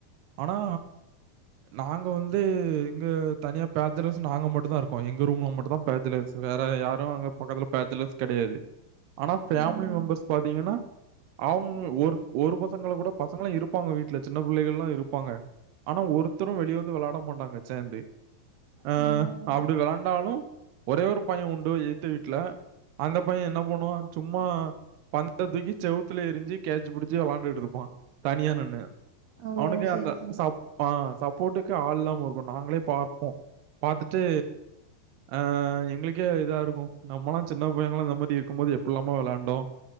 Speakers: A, on the right; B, on the right.
A: ஆனா நாங்க வந்து இங்க தனியா பேச்சுலர்ஸ் நாங்க மட்டு தா இருப்போ எங்க ரூம்மு மட்டு தா பேச்சுலர்ஸ் வேற யாரும் அங்க பக்கத்துல பேச்சுலர்ஸ் கெடையாது ஆனா ஃபேமிலி
B: ம்
A: மெம்பர்ஸ் பாத்தீங்கன்னா அவங்க ஒரு ஒரு பசங்கள கூட பசங்களு இருப்பாங்க வீட்ல சின்ன புள்ளைகல்லா இருப்பாங்க ஆனா ஒருத்தரும் வெளிய வந்து விளாட மாட்டாங்க சேந்து அ
B: ஓ
A: அப்டி விளாண்டாலு ஒரே ஒரு பையே உண்டு எகுத்த வீட்ல அந்த பையே என்ன பன்னுவா சும்மா பந்த தூக்கி செவுத்துல எருஞ்சு கேட்சு புடுச்சு விளாண்டுட்டுருப்பா தனியா நின்னு
B: ஓ
A: அவனுக்கு
B: சரி
A: அந்த
B: சரி
A: சாப் அ சாப் போட்டுக்கு ஆளில்லாம இருக்கு நாங்களே பாப்போ பாத்துட்டு அ எங்களுக் கே இதா இருக்கு நம்மல்லா சின்ன பையங்கலா இந்த மாதி இருக்கும் போது எப்டி இல்லாம விளாண்டோ